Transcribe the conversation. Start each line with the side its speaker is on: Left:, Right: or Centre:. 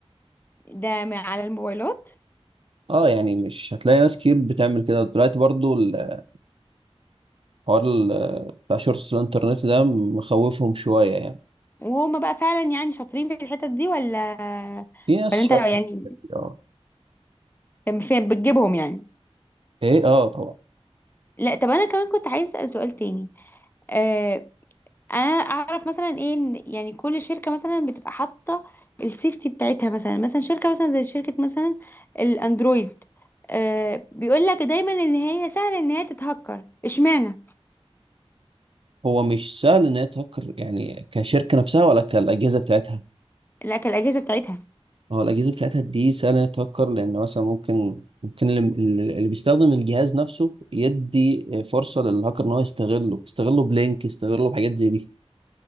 Left: ده من على الموبايلات
Right: اه يعني مش هتلاقي ناس كتير بتعمل كده دلوقتي برضو الحوار ال- بتاع شورتس الانترنت ده مخوفهم شوية يعني
Left: وهما بقى فعلا يعني شاطرين في الحتت دي ولا
Right: في ناس
Left: ولا
Right: شاطرة
Left: انت يعني
Right: في الحاجات دي، اه
Left: كان فين بتجيبهم يعني
Right: ايه اه طبعا
Left: لا طب انا كمان كنت عايز اسال سؤال تاني آه، انا اعرف مثلا ايه إن يعني كل شركه مثلا بتبقى حاطه السيفتي بتاعتها مثلا مثلا شركه مثلا زي شركه مثلا الاندرويد آه بيقول لك دايما ان هي سهل ان هي تتهكر اشمعنى
Right: هو مش سهل ان هي تهكر يعني كشركة نفسها ولا كالأجهزة بتاعتها
Left: لكن الاجهزه بتاعتها
Right: هو الأجهزة بتاعتها دي سهل ان هي تهكر لأن مثلا ممكن ممكن اللي, اللي بيستخدم الجهاز نفسه يدي فرصة للهاكر ان هو يستغله يستغله بلينك يستغله بحاجات زي دي